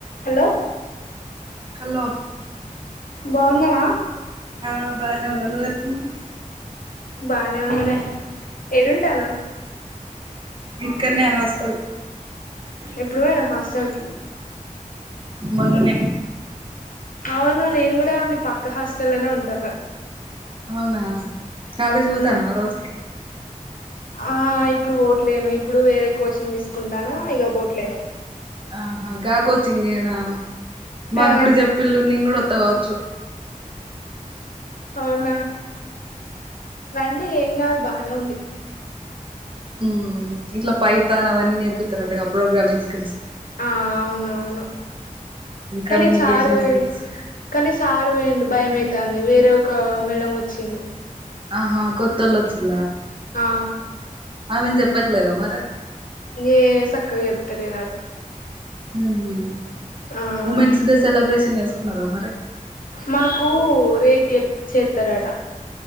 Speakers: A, on the left; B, on the right.
A: హలో
B: హలో
A: బాన్నవా
B: ఆబాన్న నువ్వేట్లున్న వ్
A: బానే ఉన్నానే ఏడుంటా న్నవ్
B: ఇక్కడ్నే హాస్ట
A: ఎప్పుడు పోయినావు హాస్ట ల్కి
B: మొన్ననే
A: అవును నేను కూడా మీ పక్క హాస్టల్లో లోనే ఉంటాను తగ
B: అవునా కాలేజ్
A: ఉమ్
B: పొతాన వ రోజకి
A: ఆ ఇప్పుడు పోట్లేను ఇప్పుడు వేరే కోచింగ్ తీసుకుంటానా ఇగ పోట్లేను
B: ఆహా గా కోచ్చింగేనా మూకుడు
A: ఆ
B: చెప్పిల్లు నేను కూడా ఒ కావచ్చు
A: అవునా రండి ఏం కాదు బానే ఉంది
B: ఉ ఇట్లా పైతాన్ అవన్నీ నేర్పితరంటగా ప్రోగ్రామింగ్ స్కిల్స్
A: ఆ అవునవును కానీ
B: కమ్యూనికేషన్
A: సార్వయి
B: స్కిల్స్
A: కానీ సార్ వొయిండు భయం కాని వేరే ఒక మేడం వచ్చింది
B: ఆహా కొత్తల్లు వచ్చిల్లా
A: ఆ
B: ఆమెను చెప్పట్లేద మరి
A: ఏ సక్కగా చెప్తలేదామె
B: ఉ హు
A: ఆ
B: వుమెన్స్ డే సెలబ్రేషన్ చేసు మరే మరి
A: మాకు రేపు చేత్తరట